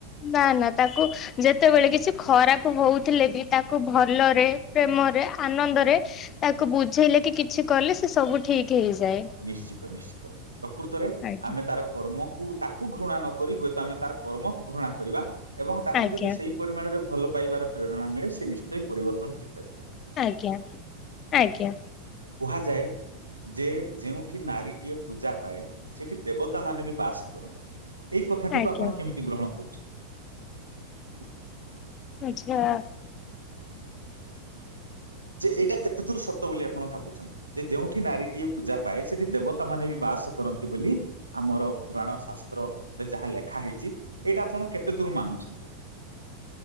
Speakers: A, on the left; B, on the right.
A: ନା ନା ତାକୁ ଯେତେବେଳେ କିଛି ଖରାପ ହଉଥିଲେ ବି ତାକୁ ଭଲରେ ପ୍ରେମରେ ଆନନ୍ଦରେ ତାକୁ ବୁଝେଇଲେ କି କିଛି କଲେ ସେ ସବୁ ଠିକ ହେଇଯାଏ।
B: ନିଶ୍ଚିତ ନିଶ୍ଚିତ ପ୍ରକୃତରେ
A: ଆଜ୍ଞା।
B: ଆମେ ତାର କର୍ମ କୁ ତାକୁ ଘୃଣା ନ କରି ହୁଏତ ଆମେ ତାର କର୍ମକୁ ଘୃଣା କରିବା ଏବଂ ତାକୁ
A: ଆଜ୍ଞା
B: ଯଦି ସେଇ ପରିମାଣରେ ଭଲ ପାଇବାର ପ୍ରେରଣା ମିଳେ ସେ ନିଶ୍ଚୟ ପରିବର୍ତ୍ତନ ହେଇ
A: ଆଜ୍ଞା ଆଜ୍ଞା।
B: କୁହାଯାଏ ଯେ ଯେଉଁଠି ନାରୀଟିଏ ପୂଜା ପାଏ ସେଠି ଦେବତା ମାନେ ବି ବାସ କରନ୍ତି। ଏଇ କଥାଟିକୁ
A: ଆଜ୍ଞା।
B: ଆପଣ କେମିତି ଗ୍ରହଣ କର କରୁଛନ୍ତି ।
A: ଆଚ୍ଛା।
B: ଯେ ଏଇଟା କେତେ ଦୂର ସତ ବୋଲି ଆପଣ ଭାବୁଛନ୍ତି ଯେ ଯେଉଁଠି ନାରୀଟିଏ ପୂଜା ପାଏ ସେଠି ଦେବତା ମାନେ ବି ବାସ କରନ୍ତି ବୋଲି ଆମର ପୁରାଣ ଶାସ୍ତ୍ରରେ ଯାହା ଲେଖା ହେଇଛି ଏଇଟା ଆପଣ କେତେ ଦୂର ମାନୁଛନ୍ତି।